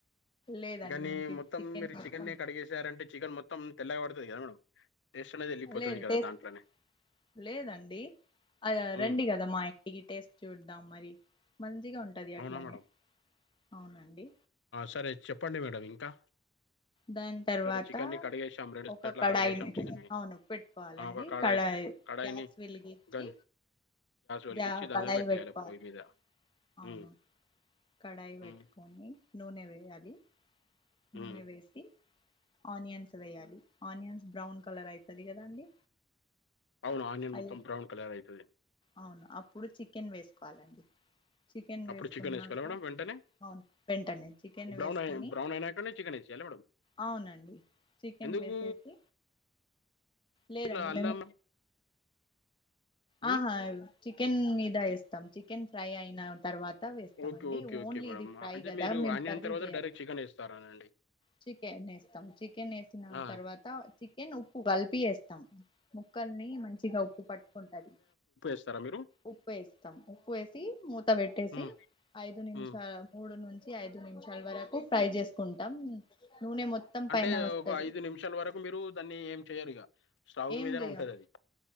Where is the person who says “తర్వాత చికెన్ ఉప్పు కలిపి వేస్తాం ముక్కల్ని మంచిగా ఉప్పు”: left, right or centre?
Left